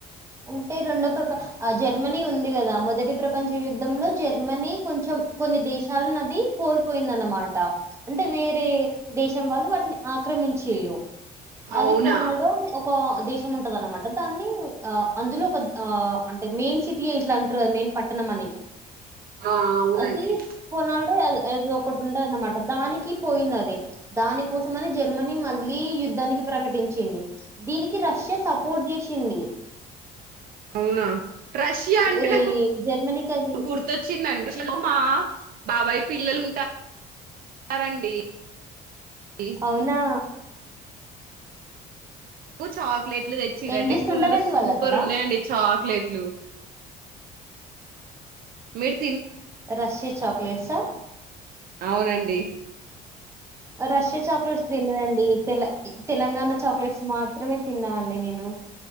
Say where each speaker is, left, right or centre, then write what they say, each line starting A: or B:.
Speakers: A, on the right (about 15°); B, on the right (about 60°).
A: అంటే రెండో ప్రప ఆ జర్మనీ ఉంది కదా మొదటి ప్రపంచ యుద్ధంలో జర్మనీ కొంచెం కొన్ని దేశాలను అది కోల్పోయిందన్నమాట అంటే వేరే దేశం వాళ్ళు వాటిని ఆక్రమించిళ్ళు అది
B: అవునా
A: పోనాడు ఒక దేశం ఉంటద అన్నమాట దాన్ని ఆ అందులో ఒక ఆ అంటే మెయిన్ సిటీ ఇట్లా అంటారు కదా మెయిన్ పట్టణం అని
B: ఆ అవునండి
A: అది పోనాళ ఏ ఒక్కటిటుంట అనమాట దానికి పోయింది అది దాని కోసంమని జర్మనీ మళ్ళీ యుద్ధానికి ప్రకటించింది దీనికి రష్యా సపోర్ట్ చేసింది
B: అవునా రష్యా అంటే
A: రి
B: ఒక
A: జర్మనీకి అది
B: గుర్తొచ్చిందండి మా బాబాయ్ పిల్లలు ఉంటారండి నాకు
A: అవునా
B: కు చాక్లెట్లు తెచ్చరండి
A: ఏం చేస్తుంటారండి
B: ఫుల్ సూపర్
A: వాళ్ళక్కడ?
B: ఉన్నాయండి చాక్లెట్ మీర్
A: రష్యా చాక్లెట్సా?
B: అవునండి
A: రష్యా చాక్లెట్స్ తిన్నదండి తెల తెలంగాణ చాక్లెట్స్ మాత్రమే తిన్నా అండి నేను